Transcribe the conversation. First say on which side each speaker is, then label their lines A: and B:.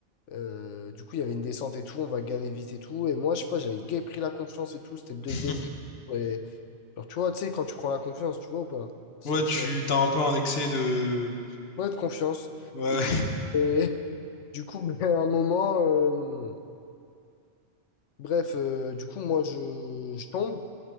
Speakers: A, on the left (about 85°); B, on the left (about 60°).
A: euh, du coup, il y avait une descente et tout, on va galérer vite et tout, et moi, je sais pas, j'avais gay pris la confiance et tout, c'était le deuxième
B: <laughs>
A: jour, et alors, tu vois, tu sais, quand tu prends la confiance, tu vois ou pas? Ce
B: Ouais,
A: sentiment
B: tu t'as un peu un excès de.
A: Ouais, de confiance.
B: Ouais.
A: Et du coup, et, du coup, <laughs> à un moment, euh, bref, euh, du coup, moi, je, je tombe.